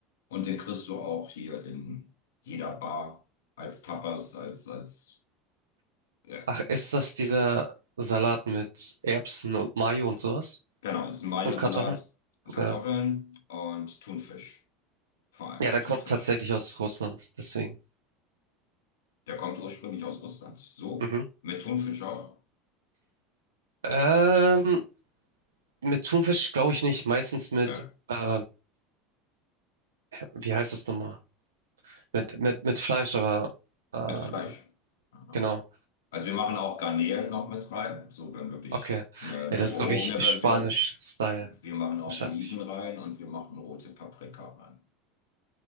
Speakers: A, on the left; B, on the right.
A: Und den kriegst du auch hier in jeder Bar als Tapas, als, als ja,
B: Ach, ist das dieser Salat mit Erbsen und Mayo und sowas?
A: Genau, ist ein Mayo-Salat,
B: Und Kartoffeln?
A: Kartoffeln
B: Ja.
A: und Thunfisch. Vor allem
B: Ja, der
A: Thunfisch.
B: kommt tatsächlich aus Russland, deswegen.
A: Der kommt ursprünglich aus Russland. So?
B: Mhm.
A: Mit Thunfisch auch?
B: Ähm, mit Thunfisch glaube ich nicht. Meistens mit,
A: Ja,
B: äh, wie heißt das nochmal? Mit, mit, mit Fleisch, aber ähm,
A: mit Fleisch. Aha.
B: genau.
A: Also wir machen auch Garnelen noch mit rein. So, wenn wirklich
B: Okay.
A: eine, eine
B: Ja, das
A: gehobene
B: ist, glaube ich,
A: Version.
B: Spanisch-Style
A: Wir machen auch
B: wahrscheinlich.
A: Oliven rein und wir machen rote Paprika rein.